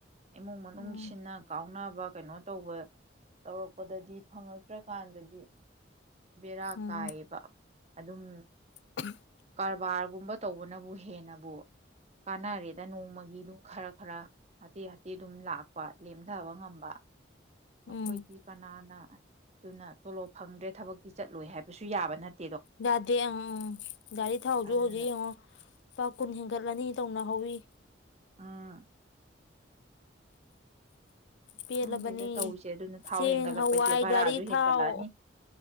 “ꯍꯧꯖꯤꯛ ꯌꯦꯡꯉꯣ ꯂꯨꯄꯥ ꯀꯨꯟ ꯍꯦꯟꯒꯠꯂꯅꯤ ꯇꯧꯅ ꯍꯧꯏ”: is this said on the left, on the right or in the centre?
Left